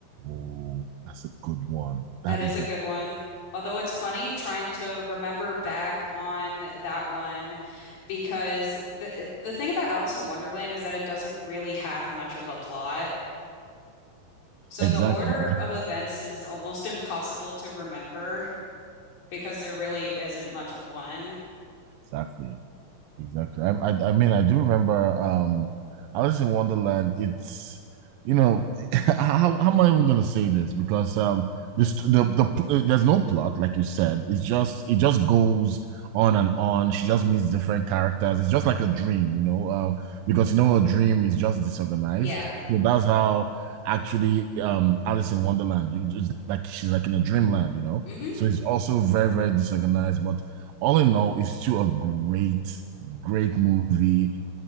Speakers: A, on the right; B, on the left.
A: Oh, that's a good one. That
B: That is
A: is
B: a
A: a
B: good one. Although it's funny trying to remember back on that one because the the thing about Alice in Wonderland is that it doesn't really have much of a plot. So
A: <laughs> exactly.
B: the order of events is almost <laughs> impossible to remember because there really isn't much of one.
A: exactly, exactly. I, I, I mean, I do remember. Um, Alice in Wonderland. It's you know, <laughs> how, how am I even gonna say this? Because um, this the the pl- there's no plot, like you said. It's just it just goes on and on. She just meets different characters. It's just like a dream, you know. Uh, because you know, a dream is just disorganized.
B: Yeah.
A: So that's how actually um Alice in Wonderland. It's just like she's like in a dreamland, you know.
B: hmm
A: So it's also very, very disorganized, but all in all, it's still a great, great movie.